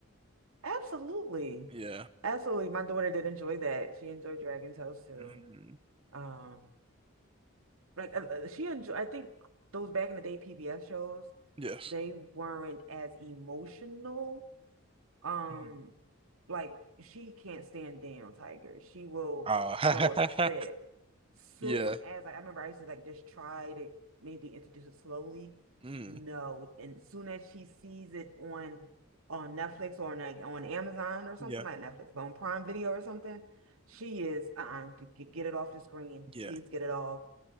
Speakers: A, on the right; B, on the right.
A: absolutely.
B: Yeah.
A: Absolutely. My daughter did enjoy that. She enjoyed Dragon Tales too.
B: Mm.
A: Um, like uh, uh, she enjoy I think those back in the day PBS shows,
B: Yes.
A: they weren't as emotional Um,
B: Mm.
A: like she can't stand down, Tiger. She will
B: Uh,
A: throw a fit soon
B: <laughs> yeah.
A: as like I remember I used to like just try to maybe introduce it slowly.
B: Mm.
A: No, and as soon as she sees it on on Netflix or on like on Amazon or something
B: Yeah.
A: like Netflix, but on Prime Video or something, she is uh-uh, g- g- get it off the screen.
B: Yeah.
A: Please get it off